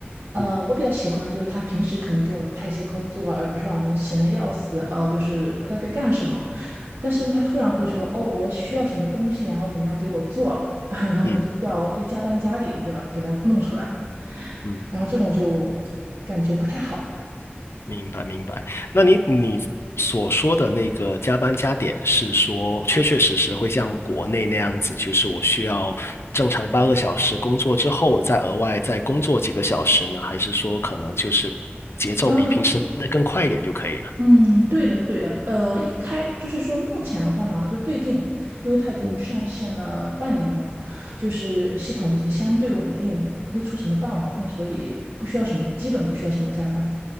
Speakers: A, on the right; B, on the left.
A: 呃，
B: 嗯
A: 我比较喜欢就是他平时可能给我们派一些工作啊，而不是让我们闲得要死，哦、就是不知道该干什么。但是呢，
B: 嗯
A: 他突然会说，哦，我需要什么东西，然后你们要给我做，<laughs> 啊。”然后我们就需要哎加班加点，
B: 嗯
A: 对吧？给他弄出来，
B: 嗯嗯。
A: 然后这种就感觉不太好。
B: 明白明白。那你你所说的那个加班加点，是说确确实实会像国内那样子，就是我需要正常八个小时工作之后，再额外再工作几个小时呢？还是说可能就是节奏比平时的更快一点就可以了？
A: 然后，嗯，对的，对的，呃，一开就是说，目前的话呢，就最近，因为它已经上线了半年嘛，
B: 嗯
A: 就是系统已经相对稳定，不会出什么大毛病，所以不需要什么，基本不需要什么加班。